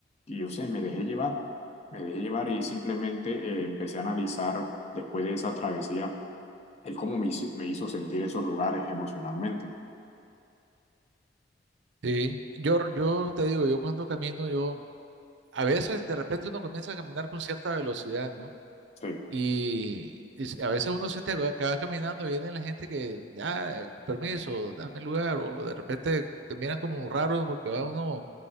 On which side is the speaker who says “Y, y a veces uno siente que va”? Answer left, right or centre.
Right